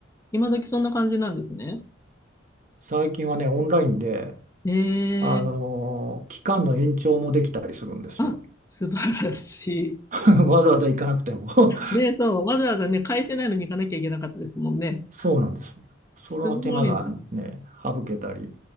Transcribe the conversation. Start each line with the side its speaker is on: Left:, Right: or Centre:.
Left: 今時そんな感じなんですね。
Right: 最近はね、オンラインで、
Left: ええ
Right: あの、期間の延長もできたりするんですよ。
Left: あ、素晴らしい。
Right: <laughs> わざわざ行かなくても <laughs>
Left: ね、そう、わざわざね、返せないのに行かなきゃいけなかったですもんね。
Right: そうなんです。その手間がね、
Left: すごいな。
Right: 省けたり、